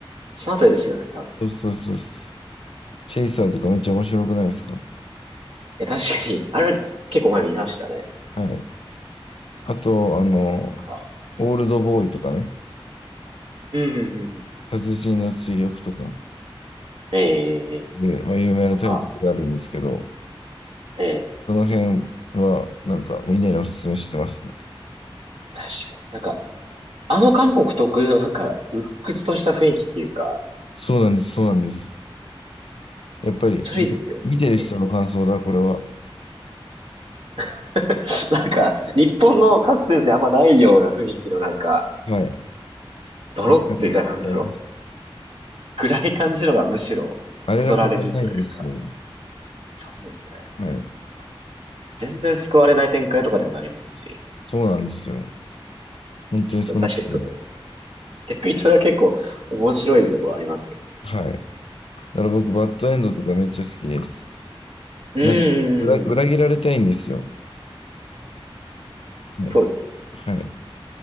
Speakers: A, on the right (about 80°); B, on the left (about 80°).
A: そのあたりですよね、多分。
B: そうそうそうです。チェイサーとかめっちゃ面白くないですか
A: え、確かに、あれ結構前見ましたね。
B: はい。あと、あの、
A: とか。
B: オールドボーイとかね、
A: うん、うん、うん、うん。
B: 殺人の追憶とか
A: ええ、
B: で、まあ、有名なタイトルがあるんですけど、
A: なんか、ええ。
B: その辺はなんかみんなにおすすめしてますね。
A: 確かに。なんか、あの韓国特有のなんか、鬱屈とした雰囲気っていうか、
B: そうなんです、そうなんです。やっぱり、
A: それいいですよね。
B: 見てる人の感想だ、
A: ええ。
B: これは。
A: <laughs> なんか、日本のサスペンスにあんまないような雰囲気のなんか、
B: はい。
A: ドロっていうかなんだろう。
B: わかります、わかります。
A: 暗い感じのがむしろ、
B: あれがたまんないんですよ。
A: そそられるというか。そうですね。なん
B: はい。
A: か全然救われない展開とかにもなりますし。
B: そうなんですよ。本当にその通り、
A: 確かにそうです。逆にそれは結構面白いところありますよ。
B: はい。だから僕、バッドエンドとかめっちゃ好きです。
A: うーん。
B: なんか、裏、裏切られたいんですよ。はい。
A: そうです。
B: はい。